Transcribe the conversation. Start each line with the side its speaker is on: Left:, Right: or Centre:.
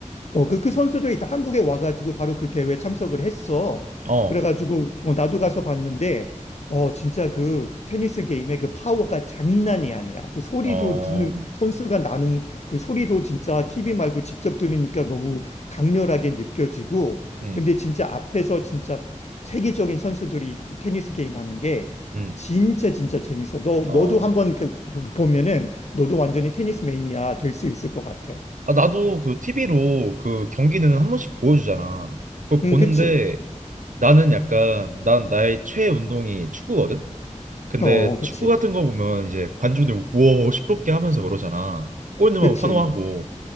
Left: 어, 그, 그 선수들이 다 한국에 와가지고 바로 그 대회에 참석을 했어.
Right: 어,
Left: 그래가지고, 어, 나도 가서 봤는데, 어, 진짜 그 테니스 게임의 그 파워가 장난이 아니야. 그 소리도
Right: 어,
Left: 듣는,
Right: 음,
Left: 선수가 나는 그 소리도 진짜 TV 말고 직접 들으니까 너무 강렬하게 느껴지고,
Right: 음,
Left: 근데 진짜 앞에서 진짜 세계적인 선수들이 그 테니스 게임 하는 게
Right: 음,
Left: 진짜 진짜 재밌어. 너,
Right: 어.
Left: 너도 한번 그- 보면은 너도 완전히 테니스 매니아 될 수 있을 것 같아.
Right: 아, 나도 그 TV로 그 경기는 한 번씩 보여주잖아. 그걸 보는데
Left: 응, 그치?
Right: 나는 약간, 난 나의 최애 운동이 축구거든? 근데
Left: 어, 그치.
Right: 축구 같은 거 보면 이제 관중들 우와, 시끄럽게 하면서 그러잖아. 골 넣으면
Left: 그치.
Right: 환호하고.